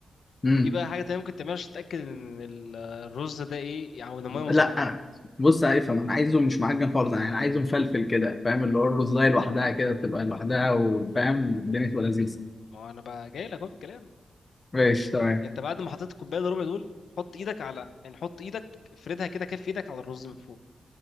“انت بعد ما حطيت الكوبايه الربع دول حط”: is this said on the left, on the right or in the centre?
Left